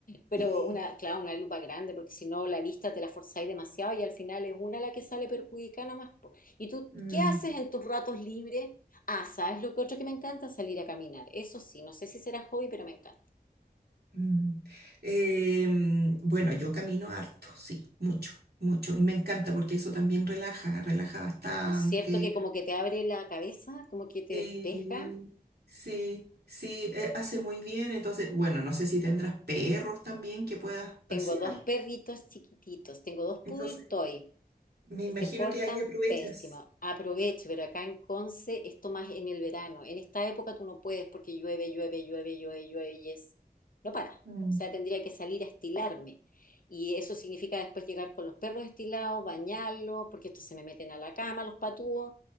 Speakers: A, on the left (about 60°); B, on the right (about 80°).
A: Pero
B: sí.
A: una, claro, una lupa grande, porque si no la vista te la forzáis demasiado y al final es una la que sale perjudicada nomás. po. ¿Y tú
B: Mm,
A: qué haces en tus ratos libres? Ah, ¿sabes lo que otro que me encanta? Salir a caminar. Eso sí, no sé si será hobby, pero me encanta.
B: mm. Em, bueno, yo camino harto, sí, mucho, mucho. Y me encanta porque eso también relaja, relaja bastante.
A: ¿No es cierto que como que te abre la cabeza, como que te
B: Sí,
A: despeja?
B: sí, sí, eh, hace muy bien. Entonces, bueno, no sé si tendrás perros también que puedas
A: Tengo
B: pasear.
A: dos perritos chiquititos, tengo dos poodle
B: Entonces,
A: toy.
B: me imagino
A: se portan
B: que ahí aprovechas.
A: pésimo. Aproveche, pero acá en Conce esto más en el verano. En esta época tú no puedes porque llueve, llueve, llueve, llueve, llueve y es... No para.
B: Mm,
A: O sea, tendría que salir a estilarme. Y eso significa después llegar con los perros estilados, bañarlos, porque estos se me meten a la cama, los patúos.